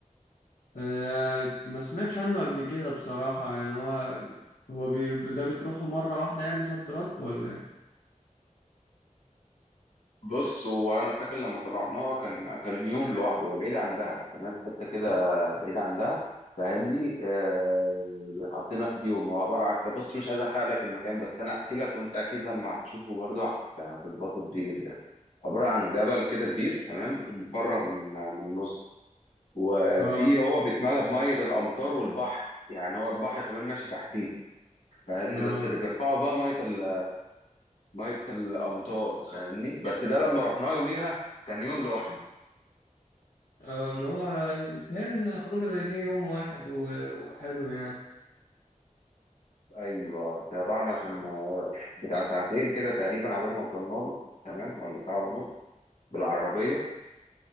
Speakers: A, on the left (about 80°); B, on the left (about 55°).
A: آه، ما سمعتش عنه قبل كده بصراحة يعني هو هو بي... ده بتروحه مرة واحدة يعني صد رد ولا ايه
B: بص هو انا فاكر لما طلعناها كان كان يوم لوحده هي بعيد عن دهب تمام حته كده بعيد عن دهب فاهمني آه قضينا في اليوم هو عباره عن كده- بص مش عايز احرق لك المكان بس انا احكي لك وانت اكيد لما هتشوفه برضه هت- هتتبسط بيه جدا عباره عن جبل كده كبير تمام ومفرغ من من النص وفي
A: اه
B: هو بيتملى بميه الامطار والبحر يعني هو البحر كمان ماشي تحتيه فاهمني
A: اه
B: بس اللي بيرفعه بقى ميه ال- ميه الامطار فاهمني بس ده لما رحناه يوميها كان يوم لوحده
A: اه ما هو بيتهيألي ان خروجة زي دي يوم واحد و... وحلو يعني
B: ايوه طلعنا كان بتاع ساعتين كده تقريبا عبال ما وصلنا له تمام ولا ساعه ونص بالعربيه